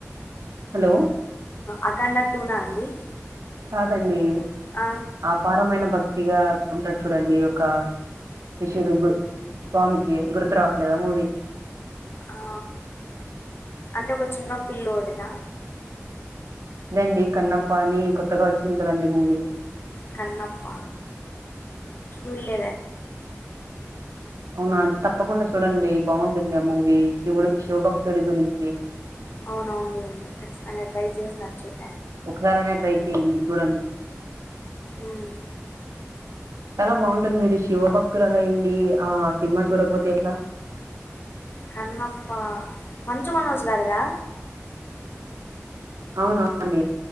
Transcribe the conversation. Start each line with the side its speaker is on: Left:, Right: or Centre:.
Right: హలో
Left: అఖండ అడ్డునా అండి
Right: కాదండి
Left: ఆ
Right: ఆపారమైన భక్తిగా ఉంటారు చూడండి ఒక శిషుడు గు స్వామికి గుర్తు రావట్లేదా మూవి
Left: ఆ అంటే ఒక చిన్న పిల్లోడిదా
Right: అదేనండి కన్నప్ప అని కొత్తగా వచ్చింది కదండి మూవీ
Left: కన్నప్ప చుల్దా
Right: అవునా తప్పకుండా చూడండి బాగుంటుంది ఆ మూవీ శివుడు శివభక్తుడి గురించి
Left: అవునవుంది అండి ఖచ్చితంగా ట్రై చేస్తాను చుడి
Right: ఒకసారి అ ట్రై చేయండి చూడండి
Left: ఉమ్.
Right: చాలా బాగుంటది మీరు శివభక్తులు అయుండి ఆ సినిమా చూడకపోతే ఎట్లా
Left: కన్నప్ప మంజు మనోజ్ గారదా
Right: అవునా అండి